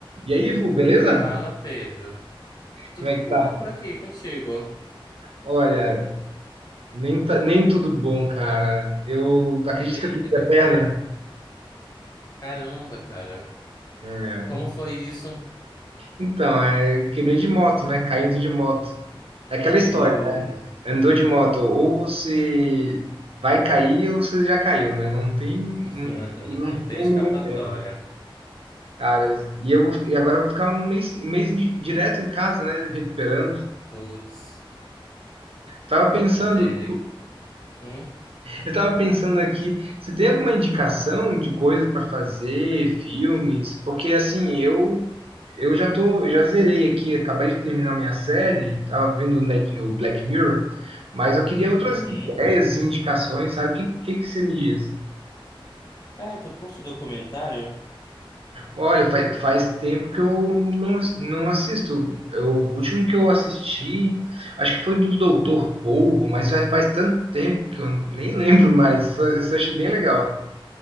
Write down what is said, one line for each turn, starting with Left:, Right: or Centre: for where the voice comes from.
Right: E aí, Ivo, beleza?
Left: Fala, Pedro. Tudo
Right: Como é
Left: de
Right: que
Left: bom
Right: tá?
Left: por aqui contigo?
Right: Olha, nem, tá- nem tudo bom, cara. Eu acredito
Left: Eita,
Right: que eu quebrei
Left: que foi?
Right: a perna.
Left: Caramba, cara.
Right: É.
Left: Como foi isso?
Right: Então, é, quebrei de moto, né? Caindo de moto. É aquela
Left: Uh,
Right: história. Andou de moto, ou você vai cair ou você já caiu, né? Não tem,
Left: <laughs>
Right: não, não
Left: Não tem
Right: tem
Left: escapatória.
Right: meio tempo. Cara, e eu vou- e agora eu vou ficar um mês, um mês di- direto em casa, né? Recuperando.
Left: Putz,
Right: Tava pensando,
Left: entendo. Hum?
Right: Eu estava pensando aqui, você tem alguma indicação de coisas para fazer, filmes? Porque assim, eu eu já tô, já zerei aqui, acabei de terminar minha série, tava vendo o Net- o Black Mirror, mas eu queria outras
Left: Uhum.
Right: ideias, indicações, sabe? O que, que que você me diz?
Left: Cara, tu curte documentário?
Right: Olha, faz, faz tempo que eu não, não assisto. Eu, o último que eu assisti, acho que foi do Doutor Polvo, mas faz, faz tanto tempo que eu nem <laughs> lembro mais. Isso eu achei bem legal.